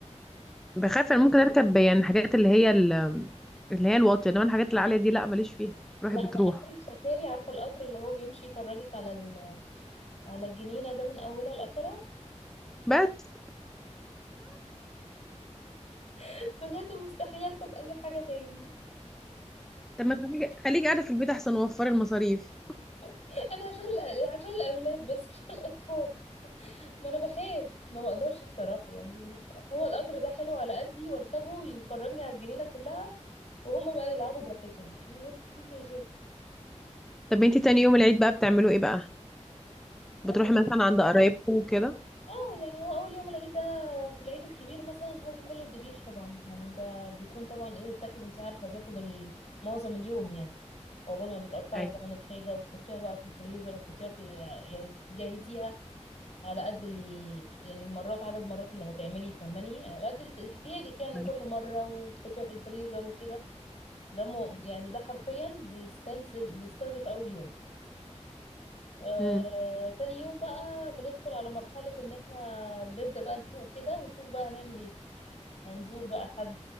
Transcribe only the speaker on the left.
لا
انا اخري في سفاري عارفه القطر اللي هو بيمشي يفرجك على ال... على الجنينه ده من اولها لاخرها
<laughs> بجد مستحيل اركب اي حاجه تاني
<laughs> انا عشان الأ- عشان الاولاد بس مش عشان الاطفال ما انا بخاف ما بقدرش بصراحه يعني هو القطر ده حلو على قدي واركبه ويفرجني على الجنينه كلها وهما بقى يلعبوا براحتهم يعني مفيش مشاكل
آه،
اه يعني هو اول يوم العيد ده في العيد الكبير مثلا هو بيكون للذبيح طبعا يعني ده بيكون طبعا ايه بتاخد انت عارفه بياخد ال- معظم اليوم يعني وقبل ما بتقطعي
كمان الحاجه وتحطيها بقى في الفريزر وتحطيها في يعني تجهزيها على قد ال... يعني المرات عدد المرات اللي هتعملي فاهماني على قد الت- احتياجك يعني
كل مره وتحطيها في الفريزر وكده ده مو يعني ده حرفيا بيستنزف بيستنزف اول يوم آه،
تاني يوم بقى بندخل على مرحلة ان احنا بنبدأ بقى نفوق كده ونشوف بقى هنعمل ايه هنزور بقى حد